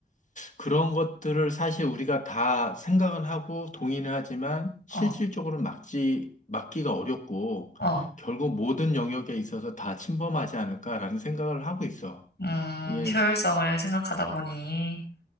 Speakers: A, on the left; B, on the left.
A: 그런 것들을 사실 우리가 다 생각은 하고 동의는 하지만 실질적으로
B: 어,
A: 막지, 막기가 어렵고
B: 어,
A: 결국 모든 영역에 있어서 다 침범하지 않을까라는 생각을 하고 있어.
B: 음,
A: 이게
B: 효율성을 생각하다 보니.